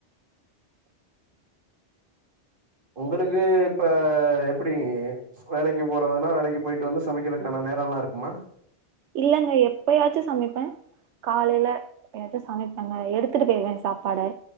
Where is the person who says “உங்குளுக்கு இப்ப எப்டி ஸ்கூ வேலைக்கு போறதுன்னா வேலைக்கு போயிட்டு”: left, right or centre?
Right